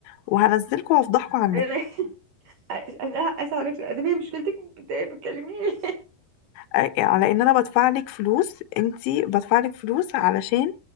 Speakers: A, on the left; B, on the right.
A: وهنزلكوا وهفضحكوا على النت
B: <laughs> أنا- أنا اسف عليك ده هي مشكلتك بت- بتكلميني
A: أي- على ان انا بدفع لك فلوس انت بدفع لك فلوس علشان